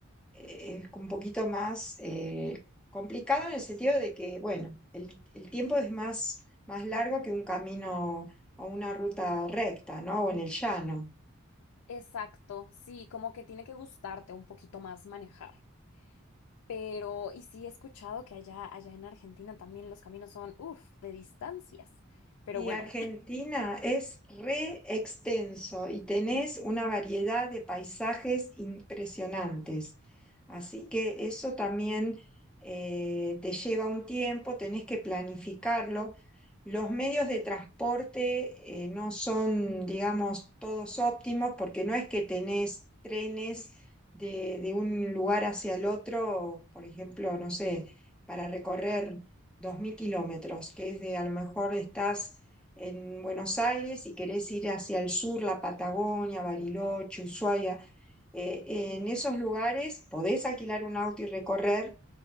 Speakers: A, in the centre; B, on the left (about 85°).
A: eh, es un poquito más eh, complicado en el sentido de que, bueno, el, el tiempo es más, más largo que un camino o una ruta recta, ¿no? O en el llano.
B: Exacto, sí, como que tiene que gustarte un poquito más manejar. Pero, y sí he escuchado que allá, allá en Argentina también los caminos son, uff, de distancias. Pero
A: Y
B: bueno,
A: Argentina es re extenso y tenés una variedad de paisajes impresionantes. Así que eso también eh, te lleva un tiempo, tenés que planificarlo. Los medios de transporte eh, no son, digamos, todos óptimos porque no es que tenés trenes de, de un lugar hacia el otro, por ejemplo, no sé, para recorrer 2.000 kilómetros, que es de a lo mejor estás en Buenos Aires y querés ir hacia el sur, la Patagonia, Bariloche, Ushuaia, eh, en esos lugares podés alquilar un auto y recorrer,